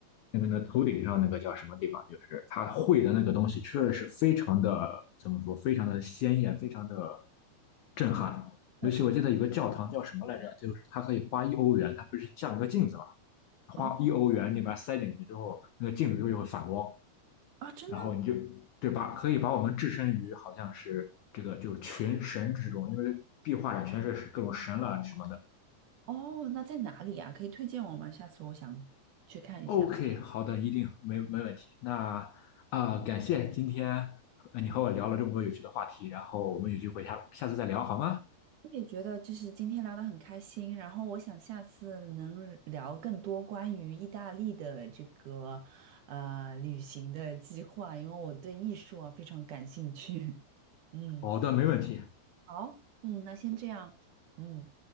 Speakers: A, on the left; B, on the right.
A: 那个那头顶上那个叫什么地方，就是它绘的那个东西，确实是非常的怎么说，非常的鲜艳，非常的震撼。
B: 倒是
A: 尤其我记得有个教堂叫什么来着，就是它可以花一欧元，它不是像一个镜子嘛，花一欧元，
B: 啊
A: 你把它塞进去之后，那个镜子就会反光。
B: 啊，真的
A: 然后你就对吧？可以把我们置身于好像是这个就群神之中，因为壁画上全是各种神了什么的。
B: 哦，那在哪里啊？可以推荐我吗？下次我想去看一下。
A: OK，好的，一定没没问题。那啊、呃感谢今天呃你和我聊了这么多有趣的话题，然后我们有机会下下次再聊好吗？
B: 我也觉得就是今天聊得很开心，然后我想下次能聊更多关于意大利的这个呃旅行的计划，因为我对艺术啊非常感兴趣。<laughs> 嗯，
A: 好的，没问题。
B: 好，嗯，那先这样，嗯。